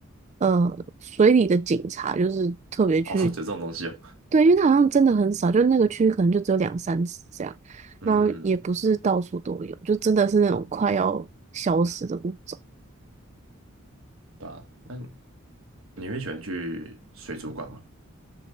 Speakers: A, on the right (about 35°); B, on the right (about 80°).
A: 呃，水里的警察，就是特别去，
B: 哦，<laughs> 有这种东西哦。
A: 对，因为他好像真的很少，就那个区域可能就只有两三次这样，
B: 嗯，
A: 然后也不是到处都有，就真的是那种快要消失的物种。
B: 对啊，那你会喜欢去水族馆吗？